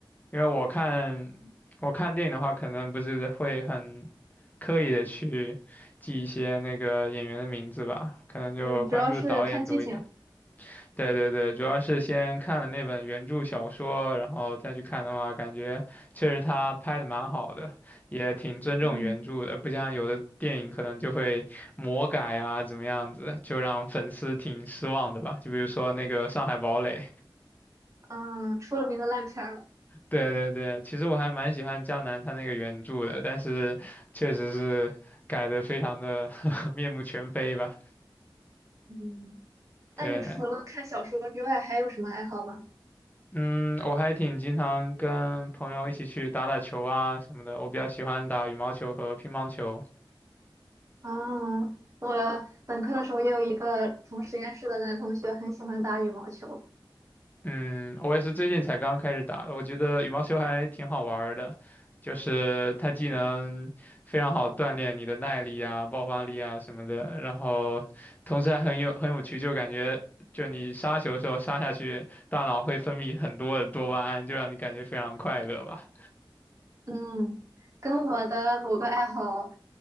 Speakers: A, on the left; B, on the right.
A: 因为我看我看电影的话，可能不是会很刻意的去记一些那个演员的名字吧，可能就关注导演多一点。
B: 嗯，主要是看剧情。
A: 对对对，主要是先看了那本原著小说，然后再去看的话，感觉确实他拍的蛮好的，也挺尊重原著的，
B: 嗯
A: 不像有的电影可能就会魔改啊，怎么样子，就让粉丝挺失望的吧。就比如说那个《上海堡垒》。
B: 嗯，出了名的烂片儿了。
A: 对对对，其实我还蛮喜欢江南他那个原著的，但是确实是改的非常的 <laughs> 面目全非吧。
B: 嗯。
A: 对，
B: 那你除了看小说之外，还有什么爱好吗？
A: 嗯，我还挺经常跟朋友一起去打打球啊什么的，我比较喜欢打羽毛球和乒乓球。
B: 啊，我本科的时候也有一个同实验室的男同学，很喜欢打羽毛球。
A: 嗯，我也是最近才刚开始打的，我觉得羽毛球还挺好玩儿的，就是它既能非常好锻炼你的耐力啊、爆发力啊什么的，然后同时还很有很有趣，就感觉就你杀球的时候杀下去，大脑会分泌很多的多巴胺，就让你感觉非常快乐吧。
B: 嗯，跟我的某个爱好